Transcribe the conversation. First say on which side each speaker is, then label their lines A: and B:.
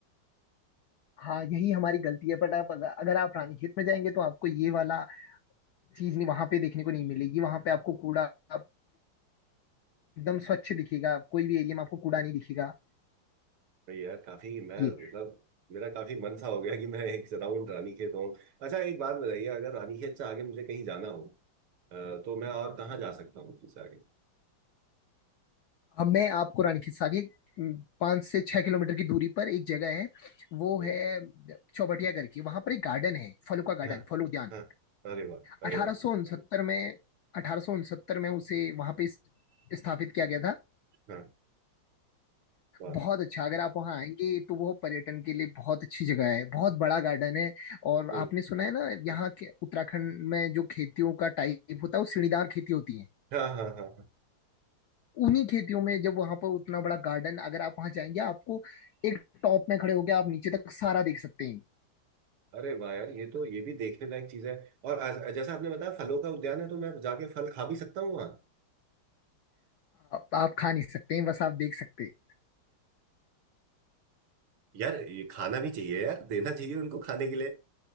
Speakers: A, on the left (about 75°); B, on the right (about 80°).
A: हाँ यही हमारी गलती है बट आप अगर, अगर आप रानीखेत में जाएंगे तो आपको ये वाला चीज नहीं वहां पे देखने को नहीं मिलेगी वहां पे आपको कूड़ा आप एकदम स्वच्छ दिखेगा कोई भी एरिया में आपको कूड़ा नहीं दिखेगा
B: भाई यार काफी मैं
A: ये
B: मतलब मेरा काफी मन सा हो गया कि मैं एक राउंड रानी खेत हूँ अच्छा एक बात बताइए अगर रानी खेत से आगे मुझे कहीं जाना हो अ, तो मैं और कहाँ जा सकता हूँ उससे आगे
A: अब मैं आपको रानीखेत से आगे उम, पाँच से छह किलोमीटर की दूरी पर एक जगह है वो
B: हम्म,
A: है चौबटिया करके वहां पर एक गार्डन है फलों का गार्डन
B: हाँ
A: फल उद्यान
B: हाँ अरे वाह
A: अठारह
B: अरे वाह
A: सौ उनसत्तर में अठारह सौ उनसत्तर में उसे वहां पे स्थापित किया गया था
B: हाँ वाह
A: बहुत अच्छा अगर आप वहाँ आएंगे तो वो पर्यटन के लिए बहुत अच्छी जगह है बहुत बड़ा गार्डन है और
B: हम्म,
A: आपने सुना है ना यहाँ के उत्तराखंड में जो खेतियों का टाइप होता है वो सीढ़ीदार खेती होती है
B: हाँ हाँ हाँ
A: उन्हीं खेतियों में जब वहाँ पर उतना बड़ा गार्डन अगर आप वहाँ जाएंगे आपको एक टॉप में खड़े होके आप नीचे तक सारा देख सकते हैं
B: अरे वाह यार ये तो ये भी देखने लायक चीज है और आज- जैसा आपने बताया फलों का उद्यान है तो मैं जाके फल खा भी सकता हूँ वहाँ
A: आप आप खा नहीं सकते हैं बस आप देख सकते हैं
B: यार ये खाना भी चाहिए यार देना चाहिए उनको खाने के लिए